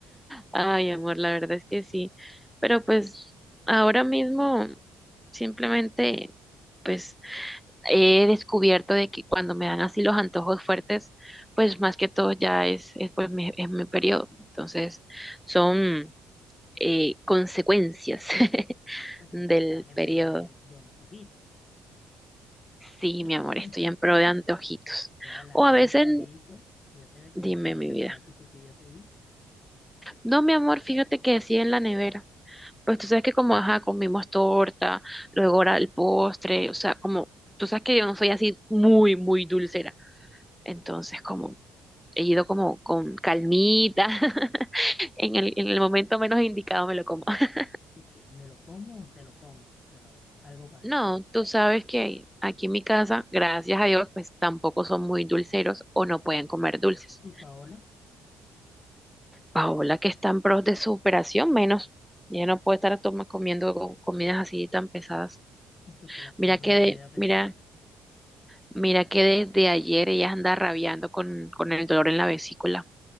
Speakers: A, in the centre; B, on the left.
A: Ay, amor, la verdad es que sí. Pero pues ahora mismo simplemente pues he descubierto de que cuando me dan así los antojos fuertes, pues más que todo ya es, es, pues mi, es mi periodo. Entonces son eh, consecuencias <laughs>
B: O sea,
A: del
B: que estás en
A: periodo.
B: pro de, de antojitos.
A: Sí, mi
B: <laughs>
A: amor,
B: Ve
A: estoy en pro de antojitos.
B: hablando
A: O a
B: de
A: veces,
B: antojitos, ya te me comiste
A: dime
B: el
A: mi
B: chocolatico
A: vida.
B: que yo te di.
A: No, mi amor, fíjate que sí en la nevera. Pues tú sabes que como, ajá, comimos torta, luego ahora el postre, o sea, como, tú sabes que yo no soy así muy, muy dulcera. Entonces, como, he ido como con calmita, <laughs> en el, en el momento menos indicado me lo como. <laughs>
B: Y que me lo como o se lo come, pero algo pasa.
A: No, tú sabes que aquí en mi casa, gracias a Dios, pues tampoco son muy dulceros o no pueden comer dulces.
B: Y Paola,
A: Paola, que está en pros de su operación, menos. Ya no puede estar toma- comiendo co- comidas así tan pesadas.
B: el chocolate
A: Mira
B: no es una
A: que
B: comida
A: de,
B: pesada.
A: mira, mira que desde ayer ella anda rabiando con, con el dolor en la vesícula.